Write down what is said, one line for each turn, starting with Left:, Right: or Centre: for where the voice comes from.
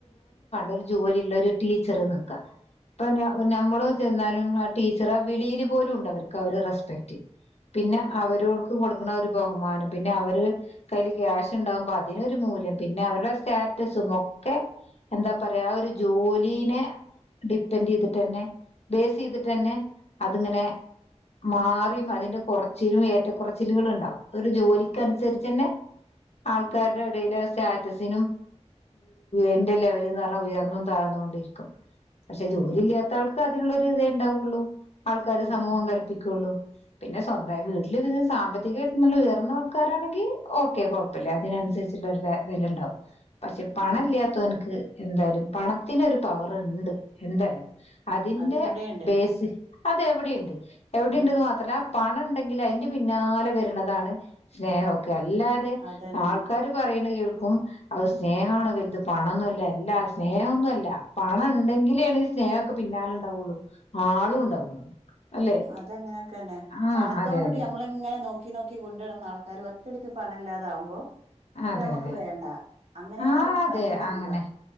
Left: ഒരു ജോലി ഇള്ള ഒരു ടീച്ചർ വെക്കാം ഇപ്പൊ
Right: ഉം
Left: നമ്മള് ലും ആ ടീച്ചർ വിളിയിൽ പോലും ഉണ്ട് അവർക്ക് അവ റെസ്പെക്ട് പിന്നെ
Right: ഉം
Left: അവരോ
Right: ഉം
Left: കൊടുക്കുന്ന ഒരു ബഹുമാന പിന്നെ അവര് കയ്ൽ ക്യാഷ് ഉണ്ടാകുമ്പോ അപ്പ അതിനൊരു മൂല്യം പിന്നെ അവരുടെ സ്റ്റാറ്റസും ഒക്കെ എന്താ പറയാ ഒരു ജോലീനെ ഡിപ്പെൻഡ് ചെയ്തിട്ട്ന്നെ ബേസ് ചെയ്തിട്ട്ന്നെ അതിങ്ങനെ മാറിയും അതിന്റെ കുറച്ചിലും ഏറ്റക്കുറച്ചിലുകള ഉണ്ടാവും ഒരു ജോലിക്ക് അനുസരിച്ച് തന്നെ ആൾക്കാരുടെ
Right: ഉം ഉം
Left: ഇടയിൽ സ്റ്റാറ്റസിനും എന്റെ ലെവല എന്ന് പറഞ്ഞാൽ ഉയർന്നും താഴർന്നുകൊണ്ടിരിക്കും പക്ഷെ
Right: അതെ
Left: ജോലി ഇല്ലാത്തവൾക്ക് അതിനുള്ളൊരു ഇതേ ഉണ്ടാവുള്ളൂ ആൾക്കാര്
Right: അതെ
Left: സമൂഹം
Right: അതെ
Left: കല്പ്പിക്ക പിന്നെ സ്വന്തം വീട്ടിലി സാമ്പത്തികമായിട്ടംല്ല ഉയർന്ന ആൾക്കാരാണെങ്കിൽ ഓക്കെ കുഴപ്പില്ല അതിനനുസരിച്ചുള്ള ഒരു വിലണ്ടാവും പക്ഷെ
Right: ഉം
Left: പണ
Right: ഉം
Left: ഇല്ലാത്തവർക്ക് എന്തായാലും പണത്തിന ഒരു പവർ ഉണ്ട് എന്തായാലും അതിന്റെ
Right: അതെവിടെയുണ്ട്
Left: ബേസ് അത് എവിടെയുണ്ട് എവിടെയ
Right: ഉം
Left: ഉണ്ടന്ന് മാത്ര പണ ഉണ്ടെങ്കിൽ അതിന്റെ പിന്നാലെ വരുന്നതാണ് സ്നേഹമൊക്കെ അല്ലാതെ
Right: അതന്നെ
Left: ആൾക്കാര് പറയുന്ന കേൾക്കും അത് സ്നേഹണ വലുത് പണന്നുമല്ല എല്ല സ്നേഹംന്നുമല്ല പണം ഉണ്ടെങ്കിലെയാണ് സ്നേഹമൊക്കെ പിന്നാലെ ഉണ്ടാവുള്ളൂ ആളും ഉണ്ടാവുള്ളു അല്ലെ
Right: അത അങ്ങനെയൊക്കെ തന്നെ
Left: ആഹ്
Right: പണത്തോടുകൂടി
Left: അതെ അതെ
Right: നമ്മള ഇങ്ങനെ നോക്കി നോക്കി കൊണ്ടിടുന്ന ആൾക്കാർ ഒറ്റടിക്ക് പണം ഇല്ലാതാവുമ്പോ അവരെ
Left: അതെ
Right: നമുക്ക്
Left: അതെ
Right: വേണ്ട അങ്ങനെയാണ്
Left: ആഹ് അതെ
Right: പലരും ചിന്ത
Left: അങ്ങനെ